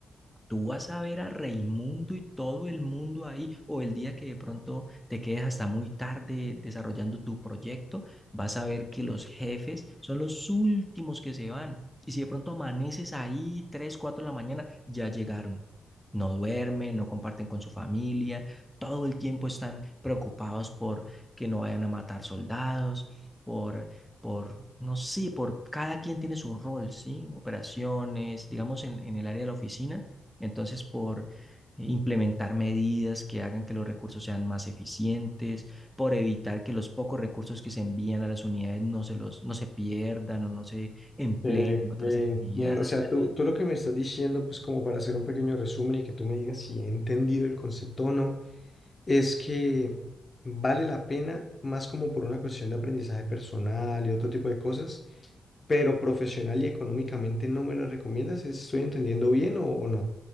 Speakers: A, in the centre; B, on the left.
A: Tú vas a ver a Raimundo y todo el mundo ahí, o el día que de pronto te quedes hasta muy tarde desarrollando tu proyecto, vas a ver que los jefes son los últimos que se van. Y si de pronto amaneces ahí 3, 4 de la mañana, ya llegaron. No duermen, no comparten con su familia, todo el tiempo están preocupados por que no vayan a matar soldados, por por, no sé, por cada quien tiene su rol, ¿sí? Operaciones, digamos, en, en el área de la oficina entonces, por eh, implementar medidas que hagan que los recursos sean más eficientes, por evitar que los pocos recursos que se envían a las unidades no se los, no se pierdan o no se empleen
B: Eh,
A: en otras
B: eh,
A: actividades.
B: entiendo. O sea, tú, tú lo que me estás diciendo, pues como para hacer un pequeño resumen y que tú me digas si he entendido el concepto o no, es que vale la pena más como por una cuestión de aprendizaje personal y otro tipo de cosas, pero profesional y económicamente no me lo recomiendas. ¿Estoy entendiendo bien o, o no?